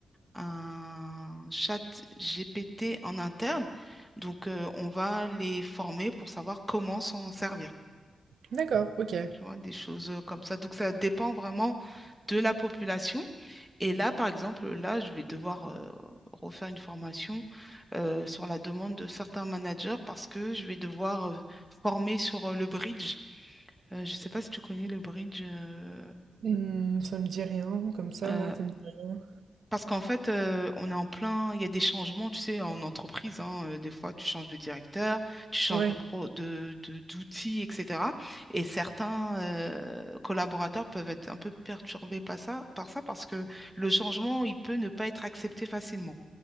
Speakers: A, in the centre; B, on the right.
A: un chat GPT en interne, donc euh, on va les former pour savoir comment s'en servir.
B: D'accord, ok.
A: Tu vois, des choses euh, comme ça. Donc ça dépend vraiment de la population. Et là, par exemple, là, je vais devoir euh, refaire une formation euh, sur la demande de certains managers parce que je vais devoir euh, former sur euh, le bridge. Euh, je ne sais pas si tu connais le bridge. euh,
B: Mmh, ça me dit rien comme ça
A: euh,
B: là, ça me dit rien.
A: parce qu'en fait, euh, on est en plein, il y a des changements, tu sais, en entreprise. hein, euh, des fois, tu changes de directeur, tu changes
B: Ouais.
A: de pro, de, de- d'outils, etc. Et certains euh, collaborateurs peuvent être un peu perturbés par ça, par ça parce que le changement, il peut ne pas être accepté facilement.